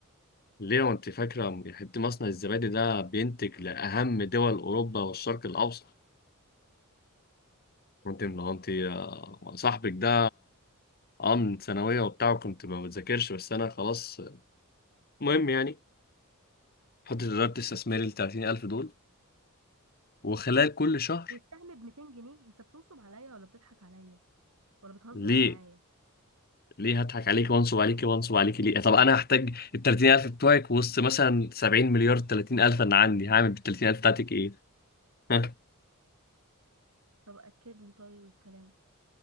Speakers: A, on the left (about 45°); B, on the right (about 80°).
A: ليه وانت فاكرة حتة مصنع الزبادي ده بينتج لأهم دول أوروبا والشرق الأوسط وانت من انت صاحبك ده اه من ثانوية وبتاع كنت ما بذاكرش بس أنا خلاص المهم يعني حطيت إدارة استثماري التلاتين ألف دول وخلال كل شهر
B: والسهم ب 200 جنيه انت بتنصب عليا ولا بتضحك عليا ولا بتهزر
A: ليه
B: معايا
A: ليه هضحك عليكي وانصب عليكي وانصب عليكي ليه طب أنا هحتاج التلاتين ألف بتوعك وسط مثلا سبعين مليار تلاتين ألف أنا عندي هعمل بالتلاتين ألف بتاعتك إيه <laughs>
B: طب اكد لي طيب الكلام